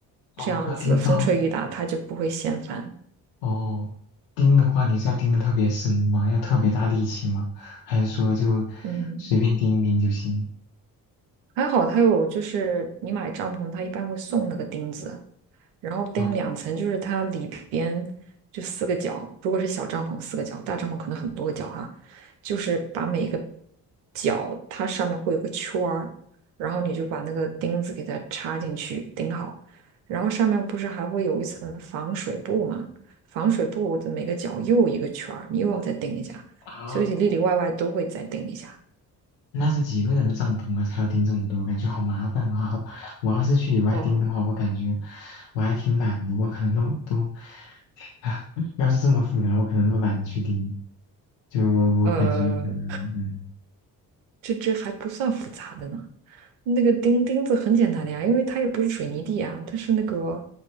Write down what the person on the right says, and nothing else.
这样子风吹雨打它就不会掀翻。
嗯。
还好它有，就是你买帐篷，它一般会送那个钉子，然后钉两层，
就是它里边就四个角，如果是小帐篷四个角，大帐篷可能很多个角哈，就是把每一个角它上面会有个圈儿，然后你就把那个钉子给它插进去钉好，然后上面不是还会有一层防水布吗？防水布的每个角又一个圈儿，你又要再钉一下，
所以里里外外都会再钉一下。
哦，
呃，
这这还不算复杂的呢。那个钉钉子很简单的呀，因为它又不是水泥地啊，它是那个